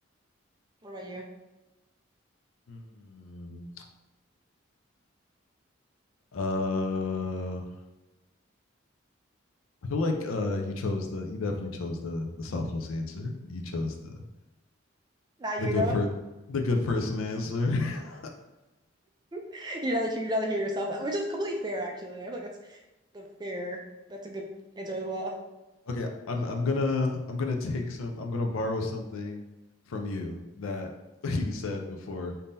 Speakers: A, on the right; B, on the left.
A: What about you?
B: Hmm. Uh, I feel like uh, you chose the. You definitely chose the the selfless answer. You chose the
A: Not
B: the
A: you
B: good
A: though.
B: per the good person answer. <laughs>
A: <laughs> You'd rather you'd rather hear yourself, which is completely fair actually. I feel like that's the fair. That's a good answer as well.
B: Okay, I'm I'm gonna I'm gonna take some I'm gonna borrow something from you that <laughs> you said before.